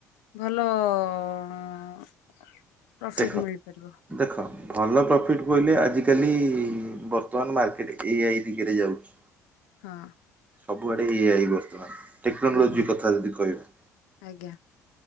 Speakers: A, on the left (about 60°); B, on the right (about 15°).
A: ଭଲ ଅଁ ପ୍ରଫିଟ୍
B: ଦେଖ
A: ମିଳିପାରିବ।
B: ଦେଖ ଭଲ ପ୍ରଫିଟ୍ ବୋଇଲେ ଆଜିକାଲି ବର୍ତ୍ତମାନ ମାର୍କେଟ୍ ଏ ଆଇ ଦିଗରେ ଯାଉଚି।
A: ହଁ।
B: ସବୁ ଆଡ଼େ ଏ ଆଇ ବର୍ତମାନ। ଟେକ୍ନୋଲୋଜି
A: ଆଜ୍ଞା
B: କଥା ଯଦି କହିବା।
A: ଆଜ୍ଞା।